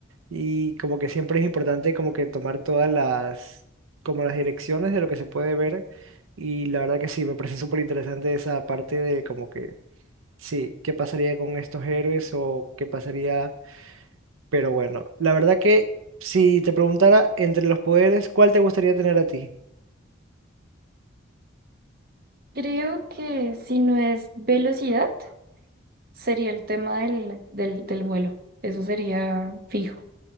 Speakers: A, on the right (about 80°); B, on the right (about 45°).
A: y como que siempre es importante como que tomar todas las, como las direcciones de lo que se puede ver y la verdad que sí, me parece súper interesante esa parte de como que, sí, qué pasaría con estos héroes o qué pasaría, pero bueno, la verdad que si te preguntara entre los poderes, ¿cuál te gustaría tener a ti?
B: Creo que si no es velocidad, sería el tema del, del, del vuelo. Eso sería fijo.